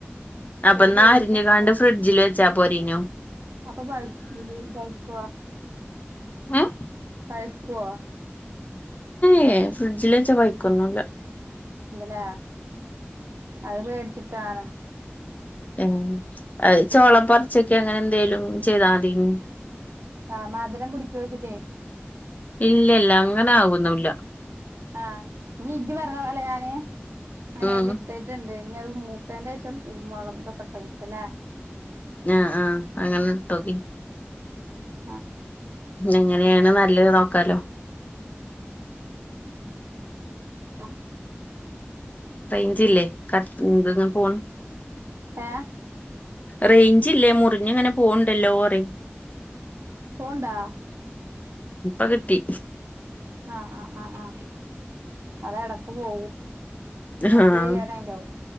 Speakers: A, on the left (about 35°); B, on the right (about 80°).
A: അപ്പൊ
B: ഇത്
A: ന്നാ
B: കഴിഞ്ഞിട്ട
A: അരിഞ്ഞ് കാണ്ട് ഫ്രിഡ്ജിൽ വെച്ചാ പോരേന്യോ.
B: അപ്പൊ പഴുക്കു പഴുക്കുവോ?
A: ഏഹ്?
B: പഴുക്കുവോ?
A: ഏഹ് ഫ്രിഡ്ജിൽ വച്ച പയുക്കൊന്നുല്ല.
B: ഇല്ല ലേ അത് പേടിച്ചിട്ടാണ്.
A: ഏഹ്. അത് ചൊള പറിച്ചെക്കെ അങ്ങനെ എന്തേലും ചെയ്താ മതിയേന്ന്.
B: ആഹ് മധുരം പിടിക്ക്വേ വെച്ചിട്ടേ.
A: ഇല്ല ല്ല അങ്ങനാവൊന്നുല്ല.
B: ആഹ് ഇഞ് ഇജ്ജ് പറഞ്ഞ പോലെ ഞാന് ഇങ്ങനെ
A: ഉം
B: അയിൽ ഇട്ടി ട്ട്ണ്ട്. ഇഞി അത് മൂത്തേൻ്റെഷം ഉം മൊള ഇതൊക്കയ്ട്ടക്കല്ലേ
A: ആഹ് ആഹ് അങ്ങനെ ഇട്ടോക്കി.
B: ഉം
A: എങ്ങനെയാണ് നല്ലത് നോക്കാലോ
B: ആഹ്
A: റെയിഞ്ച് ഇല്ലേ കട്ട് ഇന്ത്ന്ന് പോന്ന്
B: ഏഹ്
A: റേയിഞ്ചില്ലേ മുറിഞ്ഞിങ്ങനെ പോവണ്ടല്ലോ പറെയ
B: പോണ്ടാ
A: ഇപ്പകിട്ടി
B: ആഹ് ആഹ് ആഹ് ആഹ് അതെടക്ക് പോവും
A: ആഹ്
B: നെറ്റ് കയ്യാനായിണ്ടാവും